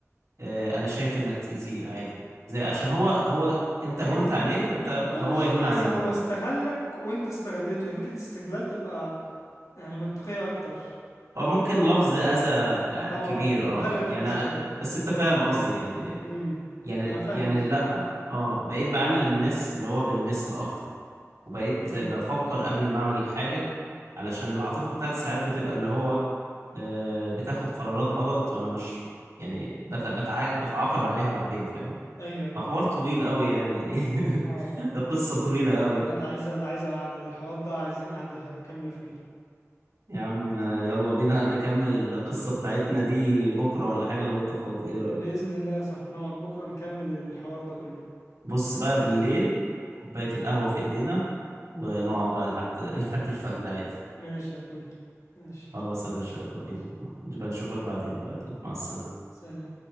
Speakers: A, on the right; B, on the left.
A: آه، انا شايف انك تأذيه عادي زي عشان هو
B: مم.
A: هو انت
B: آه
A: هونت عليه
B: ما
A: فانت
B: تقولش
A: فهو يهون
B: اذى
A: عليك
B: هو
A: برضه
B: استغلك وانت استغلته هي فكرة استغلال تبقى يعني منطقية اكتر
A: هو ممكن
B: هو
A: لفظ أذى آه،
B: اه
A: كبير
B: مبالغ
A: اه يعني
B: فيه شوية
A: آه، بس انت فاهم قصدي يعني
B: امم
A: يعني
B: انا فاهم
A: يعني
B: قصدك
A: لا اه بقيت بعامل الناس اللي هو بالمثل اكتر وبقيت
B: امم
A: بفكر قبل ما اعمل الحاجة علشان العاطفة بتاعتي ساعات بتبقى اللي هو آه، بتاخد قرارات غلط وانا مش يعني بت- بتع- بتعاقب عليها بعدين فاهم
B: ايوه ايوه
A: فحوار طويل قوي يعني <laughs>
B: اه
A: قصة طويلة قوي
B: لا ده عايزة ده عايزة قعدة ده الحوار ده عايزين قعدة كاملة فيه
A: يا عم آه، يلا بينا نكمل القصة بتاعتنا دي بكرة ولا حاجة لو انت فاضي ايه رأيك
B: بإذن الله يا صاحبي نقعد بكرة نكمل الحوار ده كله
A: بص بقى بالليل كوباية القهوة في ايدينا ونقعد بقى لحد <laughs> لحد الفجر عادي
B: ماشي يا اخوي ماشي
A: خلاص يا باشا يلا بينا
B: ماشي.
A: نبقى نشوفك بعدين بقى
B: <laughs>
A: يلا مع السلامة
B: سلام